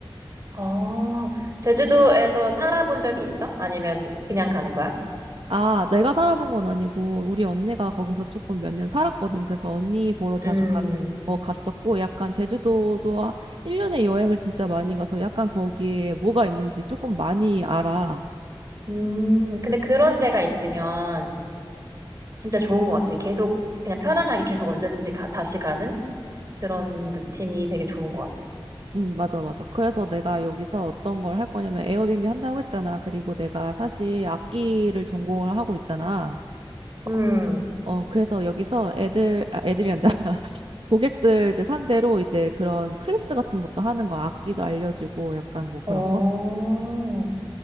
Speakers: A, on the right (about 40°); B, on the right (about 75°).
A: 어, 제주도에서 살아본 적이 있어? 아니면 그냥 가는 거야?
B: 아, 내가 살아본 건 아니고, 우리 언니가 거기서 조금 몇 년 살았거든. 그래서 언니 보러 자주
A: 음.
B: 가, 어, 갔었고, 약간 제주도도 1년에 여행을 진짜 많이 가서 약간 거기에 뭐가 있는지 조금 많이 알아.
A: 음. 근데 그런 데가 있으면 진짜 좋은 것 같아. 계속 그냥 편안하게 계속 언제든지 가- 다시 가는 그런 루틴이 되게 좋은 것 같아.
B: 응 맞아, 맞아. 그래서 내가 여기서 어떤 걸 할 거냐면 에어비앤비 한다고 했잖아. 그리고 내가 사실 악기를 전공을 하고 있잖아.
A: 음.
B: 어, 그래서 여기서 애들, 아, 애들이 한다. <laughs> 고객들 이제 상대로 이제 그런 클래스 같은 것도 하는 거, 악기도 알려주고 약간 뭐 그런
A: 어,
B: 거?